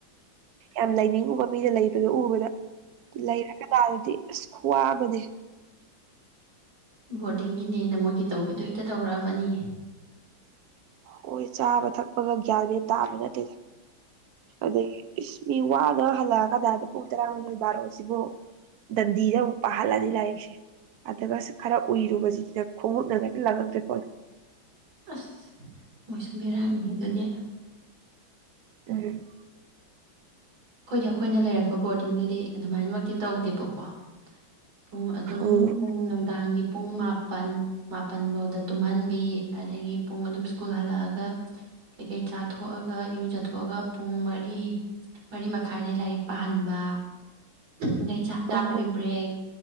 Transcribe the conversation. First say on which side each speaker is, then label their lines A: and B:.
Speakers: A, on the right (about 65°); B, on the right (about 85°).
A: ꯌꯥꯝ ꯂꯩꯅꯤꯡꯉꯨꯕ ꯃꯤꯅ ꯂꯩꯕꯗꯣ ꯎꯕꯗ ꯂꯩꯔꯒ ꯇꯥꯔꯗꯤ ꯁ ꯈ꯭ꯋꯥꯕꯗꯤ
B: ꯕꯣꯔꯗꯤꯡꯒꯤꯅꯦꯅ ꯃꯣꯏꯒꯤ ꯇꯧꯕꯤꯗꯣ ꯍꯦꯛꯇ ꯇꯧꯔꯛꯑꯃꯅꯤ
A: ꯍꯣꯏ ꯆꯥꯕ ꯊꯛꯄꯒ ꯒ꯭ꯌꯥꯟ ꯃꯦꯟ ꯇꯥꯕ ꯅꯠꯇꯦꯗ ꯑꯗ ꯃꯤ ꯋꯥꯗ ꯍꯜꯂꯛꯑꯒꯗꯥꯏꯗ ꯄꯨꯡ ꯇꯔꯥꯃꯥꯊꯣꯏ ꯕꯥꯔꯣꯁꯤꯕꯨ ꯗꯟꯗꯤꯗ ꯄꯍꯔꯂ ꯂꯥꯏꯔꯤꯛꯁꯦ ꯑꯗꯨꯒ ꯈꯔ ꯎꯏꯔꯨꯕꯁꯤꯅ ꯈꯣꯡꯎꯞꯅ ꯍꯥꯏꯦꯛꯇ ꯂꯥꯡꯉꯛꯇꯣꯏꯀꯣ
B: ꯑꯁ ꯃꯣꯏꯁꯨ ꯕꯤꯔꯌꯥꯅꯤ ꯑꯗꯨꯗꯤ
A: ꯎꯝ
B: ꯑꯩꯈꯣꯏꯗꯤ ꯑꯩꯈꯣꯏꯅ ꯂꯩꯔꯛꯄ ꯕꯣꯔꯗꯤꯡꯗꯨꯗꯤ ꯑꯗꯨꯃꯥꯏꯅꯃꯛꯇꯤ ꯇꯧꯗꯦꯕꯀꯣ ꯄꯨꯡ ꯑꯗꯨꯝ
A: ꯎꯝ
B: ꯄꯨꯡ ꯅꯨꯡꯗꯥꯡꯒꯤ ꯄꯨꯡ ꯃꯥꯄꯜ ꯃꯥꯄꯜꯐꯥꯎꯗ ꯇꯨꯝꯍꯟꯕꯤ ꯑꯗꯒꯤ ꯄꯨꯡ ꯑꯗꯨꯝ ꯁ꯭ꯀꯨꯜ ꯍꯜꯂꯛꯑꯒ ꯀꯩꯀꯩ ꯆꯥꯊꯣꯛꯑꯒ ꯏꯔꯨꯖꯊꯣꯛꯑꯒ ꯄꯨꯡ ꯃꯔꯤ ꯃꯔꯤ ꯃꯈꯥꯏꯗꯩ ꯂꯥꯏꯔꯤꯛ ꯄꯥꯍꯟꯕ ꯑꯗꯩ ꯆꯥꯛ ꯆꯥꯕꯒꯤ
A: ꯑꯣ
B: ꯕ꯭ꯔꯦꯛ